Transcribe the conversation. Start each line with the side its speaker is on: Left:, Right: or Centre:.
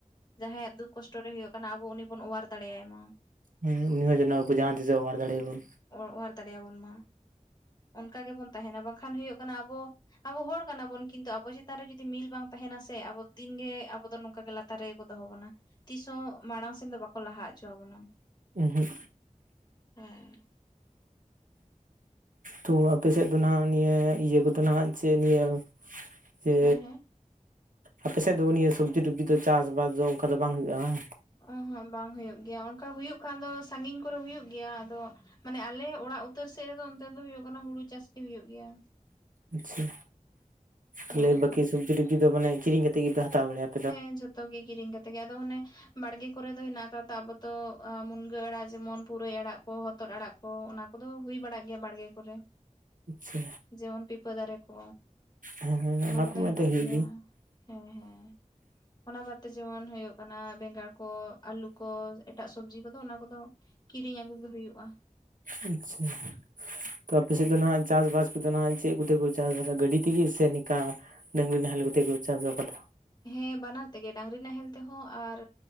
Left: ᱡᱟᱦᱟᱸᱭᱟᱜ ᱫᱩᱠ ᱠᱚᱥᱴᱚ ᱨᱮ ᱦᱩᱭᱩᱜ ᱠᱟᱱᱟ ᱟᱵᱚ ᱩᱱᱤ ᱵᱚᱱ ᱚᱣᱟᱨ ᱫᱟᱲᱮᱭᱟᱭ ᱢᱟ᱾
Right: ᱦᱩᱸ ᱩᱱᱤ ᱦᱚᱸ ᱡᱮᱱᱚ ᱟᱵᱚ ᱡᱟᱦᱟᱸ ᱛᱤᱥᱚᱜ ᱚᱣᱟᱨ ᱫᱟᱲᱮ ᱟᱵᱚᱱ᱾
Left: ᱚ, ᱚᱣᱟᱨ ᱫᱟᱲᱮᱭᱟᱵᱚᱱ ᱢᱟ ᱚᱱᱠᱟ ᱜᱮᱵᱚᱱ ᱛᱟᱦᱮᱱᱟ ᱵᱟᱝᱠᱷᱟᱱ ᱦᱩᱭᱩᱜ ᱠᱟᱱᱟ ᱟᱵᱚ, ᱟᱵᱚ ᱦᱚᱲ ᱠᱟᱱᱟ ᱵᱚᱱ ᱠᱤᱱᱛᱩ ᱟᱵᱚ ᱪᱮᱛᱟᱱ ᱨᱮ ᱡᱩᱫᱤ ᱢᱤᱞ ᱵᱟᱝ ᱛᱟᱦᱮᱱᱟ ᱥᱮ ᱟᱵᱚ ᱫᱤᱱ ᱜᱮ ᱟᱵᱚ ᱫᱚ ᱱᱚᱝᱠᱟ ᱞᱟᱛᱟᱨ ᱨᱮ ᱜᱮ ᱠᱚ ᱫᱚᱦᱚ ᱵᱚᱱᱟ᱾ ᱛᱤᱥ ᱦᱚᱸ ᱢᱟᱲᱟᱝ ᱥᱮᱱ ᱫᱚ ᱵᱟᱠᱚ ᱞᱟᱦᱟ ᱚᱪᱚ ᱟᱵᱚᱱᱟ᱾
Right: ᱩᱸᱦᱩᱸᱜ᱾
Left: ᱦᱮᱸ
Right: ᱛᱚ ᱟᱯᱮ ᱥᱮᱫ ᱫᱚ ᱱᱟᱜ ᱱᱤᱭᱟᱹ ᱤᱭᱟᱹ ᱠᱚᱫᱚ ᱱᱟᱜ ᱡᱮ ᱱᱤᱭᱟᱹ ᱡᱮ
Left: ᱦᱮᱸ ᱦᱮᱸ
Right: ᱟᱯᱮ ᱥᱮᱫ ᱫᱚ ᱱᱤᱭᱟᱹ ᱥᱚᱵᱽᱡᱤ ᱴᱚᱵᱡᱤ ᱫᱚ ᱪᱟᱥᱵᱟᱥ ᱫᱚ ᱚᱝᱠᱟ ᱫᱚ ᱵᱟᱝ ᱦᱩᱭᱩᱜᱼᱟ ᱵᱟᱝ
Left: ᱚ ᱦᱚᱸ ᱵᱟᱝ ᱦᱩᱭᱩᱜ ᱜᱮᱭᱟ ᱚᱱᱠᱟ ᱦᱩᱭᱩᱜ ᱠᱷᱟᱡ ᱫᱚ ᱥᱟᱺᱜᱤᱧ ᱠᱚᱨᱮ ᱦᱩᱭᱩᱜ ᱜᱮᱭᱟ ᱟᱫᱚ᱾ ᱢᱟᱱᱮ ᱟᱞᱮ ᱚᱲᱟᱜ ᱩᱛᱟᱹᱨ ᱥᱮᱫ ᱨᱮ ᱫᱚ ᱚᱱᱛᱮ ᱫᱚ ᱦᱩᱭᱩᱜ ᱠᱟᱱᱟ ᱦᱩᱲᱩ ᱪᱟᱥ ᱜᱮ ᱦᱩᱭᱩᱜ ᱜᱮᱭᱟ
Right: ᱟᱪᱪᱷᱟ᱾
Left: ᱦᱳᱭ
Right: ᱛᱟᱞᱦᱮ ᱵᱟᱹᱠᱤ ᱥᱚᱵᱡᱤ ᱴᱚᱵᱡᱤ ᱫᱚ ᱢᱟᱱᱮ ᱠᱤᱨᱤᱧ ᱠᱟᱛᱮᱫ ᱜᱮ ᱯᱮ ᱦᱟᱛᱟᱣ ᱵᱟᱲᱟᱭᱼᱟ?
Left: ᱦᱮᱸ ᱡᱷᱚᱛᱚ ᱜᱮ ᱠᱤᱨᱤᱧ ᱠᱟᱛᱮ ᱜᱮ ᱟᱫᱚ ᱚᱱᱮ ᱵᱟᱲᱜᱮ ᱠᱚᱨᱮ ᱫᱚ ᱦᱮᱱᱟᱜ ᱟᱠᱟᱫᱟ ᱟᱵᱚ ᱛᱚ ᱢᱩᱱᱜᱟᱹ ᱟᱲᱟᱜ ᱡᱮᱢᱚᱱ ᱯᱩᱨᱟᱹᱭ ᱟᱲᱟᱜ ᱠᱚ ᱦᱚᱛᱚᱫ ᱟᱲᱟᱜ ᱠᱚ ᱚᱱᱟ ᱠᱚᱫᱚ ᱦᱩᱭ ᱵᱟᱲᱟᱜ ᱜᱮᱭᱟ ᱵᱟᱲᱜᱮ ᱠᱚᱨᱮ
Right: ᱟᱪᱪᱷᱟ
Left: ᱡᱮᱢᱚᱱ ᱯᱤᱯᱟᱹ ᱫᱟᱨᱮ ᱠᱚ᱾
Right: ᱦᱮᱸ ᱦᱮᱸ
Left: ᱚᱱᱟ ᱠᱚᱫᱚ
Right: ᱠᱚᱢᱟ
Left: ᱦᱮᱱᱟᱜ
Right: ᱮᱱᱛᱮ ᱦᱩᱭᱩᱜ
Left: ᱜᱮᱭᱟ,
Right: ᱜᱮ
Left: ᱦᱮᱸ ᱦᱮᱸ᱾ ᱚᱱᱟ ᱵᱟᱫᱛᱮ ᱡᱮᱢᱚᱱ ᱦᱩᱭᱩᱜ ᱠᱟᱱᱟ ᱵᱮᱸᱜᱟᱬ ᱠᱚ, ᱟᱹᱞᱩ ᱠᱚ, ᱮᱴᱟᱜ ᱥᱚᱵᱡᱤ ᱠᱚᱫᱚ ᱚᱱᱟ ᱠᱚᱫᱚ ᱠᱤᱨᱤᱧ ᱟᱹᱜᱩ ᱜᱮ ᱦᱩᱭᱩᱜᱼᱟ᱾
Right: ᱟᱪᱪᱷᱟ᱾ ᱛᱚ ᱟᱯᱮ ᱥᱮᱫ ᱫᱚ ᱱᱟᱜ ᱪᱟᱥᱼᱵᱟᱥ ᱠᱚᱫᱚ ᱱᱟᱜ ᱪᱮᱫ ᱠᱚᱛᱮ ᱠᱚ ᱪᱟᱥᱵᱟᱥᱟ ᱜᱟᱹᱰᱤ ᱛᱮᱜᱮ ᱥᱮ ᱱᱤᱠᱟ᱾ ᱰᱟᱝᱨᱤ ᱱᱟᱦᱮᱞ ᱠᱟᱛᱮ ᱠᱚ ᱪᱟᱥ ᱟᱠᱟᱫᱟ᱾
Left: ᱦᱮᱸ ᱵᱟᱱᱟᱨ ᱛᱮᱜᱮ ᱰᱟᱝᱨᱤ ᱱᱟᱦᱮᱞ ᱛᱮᱦᱚᱸ ᱟᱨ